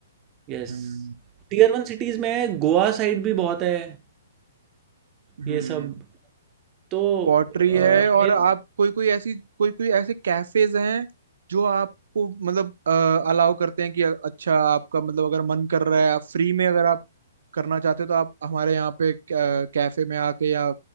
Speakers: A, on the right (about 25°); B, on the right (about 75°).
A: यस
B: हम्म
A: टीयर वन सिटीज़ में गोवा साइड भी बहुत है
B: हम्म
A: ये सब तो
B: पॉटरी
A: अ,
B: है और
A: मेरे
B: आप कोई कोई ऐसी कोई कोई ऐसे कैफेज हैं जो आपको मतलब अलाउ करते हैं कि अ- अच्छा आपका मतलब अगर मन कर रहा है आप फ्री में अगर आप करना चाहते हो तो आप हमारे यहाँ पे कैफे में आके या